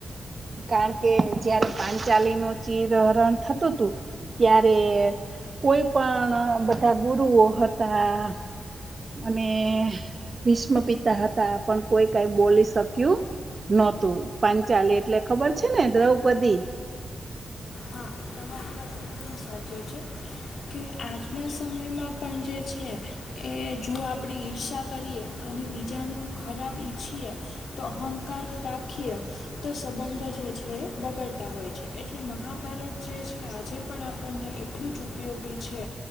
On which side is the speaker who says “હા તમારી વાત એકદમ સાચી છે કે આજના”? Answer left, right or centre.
Left